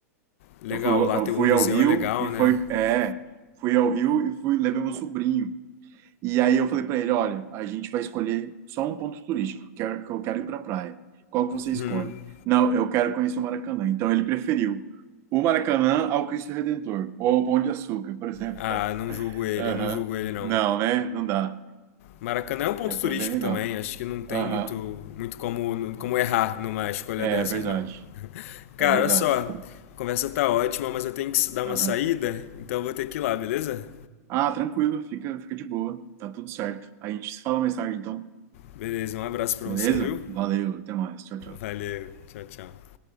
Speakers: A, on the left (about 55°); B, on the right (about 30°).
A: Legal,
B: Eu fui, eu
A: lá tem,
B: fui
A: o museu
B: ao Rio
A: é legal,
B: e
A: né?
B: foi, é,
A: <laughs>
B: fui ao Rio e fui, levei meu sobrinho. E aí eu falei para ele, olha, a gente vai escolher só um ponto turístico, que eu que eu quero ir para a praia. Qual que você escolhe?
A: Hum.
B: Não, eu quero conhecer o Maracanã. Então ele preferiu o Maracanã ao Cristo Redentor, ou ao Pão de Açúcar, por exemplo.
A: Ah,
B: né?
A: não julgo ele,
B: Aham.
A: não julgo ele não.
B: Não, né? Não dá.
A: Maracanã é um ponto
B: É,
A: turístico
B: foi bem legal.
A: também, acho que não tem
B: Aham.
A: muito, muito como, como errar numa escolha
B: É
A: dessas,
B: verdade.
A: não. Cara,
B: É verdade.
A: olha só, a conversa tá ótima, mas eu tenho que dar uma
B: Aham.
A: saída, então eu vou ter que ir lá, beleza?
B: Ah, tranquilo, fica, fica de boa. Tá tudo certo. A gente se fala mais tarde, então.
A: Beleza, um abraço pra
B: Beleza?
A: você, viu?
B: Valeu, até mais. Tchau, tchau.
A: Valeu, tchau, tchau.